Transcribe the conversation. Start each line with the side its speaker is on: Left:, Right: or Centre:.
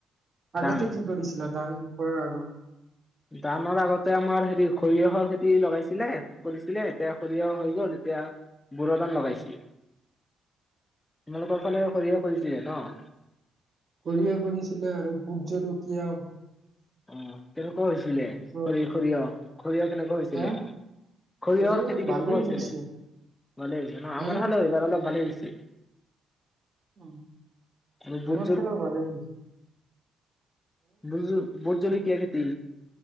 Right: আগতে
Left: ধান
Right: কি কৰিছিলা ধান কৰাৰ আগত
Left: ধানৰ আগতে আমাৰ হেৰি সৰিয়হৰ খেতি লগাইছিলে, কৰিছিলে এতিয়া সৰিয়হ হৈ গ'ল এতিয়া <unintelligible> ধান লগাইছিল। তোমালোকৰ ফালে সৰিয়হ কৰিছিলে ন'?
Right: সৰিয়হ কৰিছিলে আৰু ভোটজলকীয়া
Left: অ কেনেকুৱা হৈছিলে
Right: পিছত
Left: খৰি সৰিয়হ সৰিয়হ কেনেকুৱা হৈছিলে
Right: হা
Left: সৰিয়হৰ
Right: সৰিয়হ
Left: খেতি কেনেকুৱা
Right: ভালেই
Left: হৈছিলে
Right: হৈছে
Left: ভালে হৈছিলে ন
Right: হা
Left: আমাৰ হালবাৰ অলপ ভালে হৈছে।
Right: অ',
Left: আৰু বুট
Right: আমাৰ ফালেও ভালে <unintelligible>
Left: বুজোঁ ভোটজলকীয়া খেতি